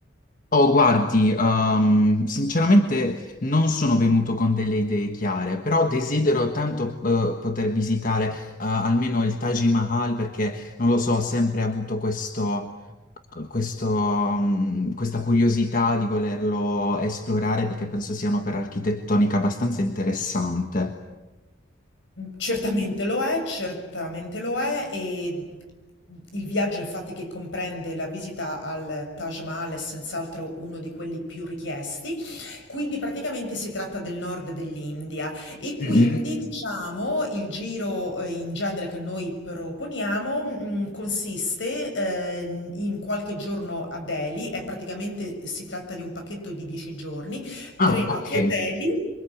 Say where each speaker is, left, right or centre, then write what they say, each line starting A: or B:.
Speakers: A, on the left; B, on the left.
A: Oh, guardi, ehm, sinceramente non sono venuto con delle idee chiare, però desidero tanto eh, poter visitare eh, almeno il Taj Mahal perché, non lo so, ho sempre avuto questo questo, mh, questa curiosità di volerlo esplorare perché penso sia un'opera architettonica abbastanza interessante.
B: Certamente lo è, certamente lo è e il viaggio infatti che comprende la visita al Taj Mahal è senz'altro uno di quelli più richiesti, quindi praticamente si tratta del nord dell'India e quindi
A: Mm. Mhm.
B: diciamo il giro eh, in genere che noi proponiamo mh, consiste eh, in qualche giorno a Delhi, è praticamente si tratta di un pacchetto di 10 giorni,
A: Ah,
B: tre notti
A: ok.
B: a Delhi.